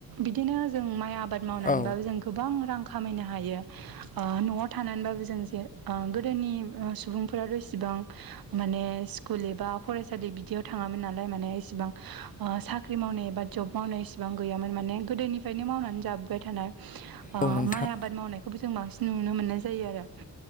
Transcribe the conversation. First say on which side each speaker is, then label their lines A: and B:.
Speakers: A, on the right; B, on the left.
A: बिदिनो जों माय आबाद मावनानैबाबो
B: औ
A: जों गोबां रां खामायनो हायो। ओ न'आव थानानैबाबो जों जे ओ गोदोनि ओ सुबुंफोरा रोसिबां माने स्कुल एबा फरायसालि बिदियाव थाङामोन नालाय माने इसेबां साख ख्रि मावनाय एबा ज'ब मावनाय इसिबां गैयामोन माने गोदोनिफ्रायनो मावनानै जाब बाय थानाय ओ
B: औ नोंथां
A: माइ आबाद मावनाय खोबो जों बांसिन नुनो मोननाय जायो आरो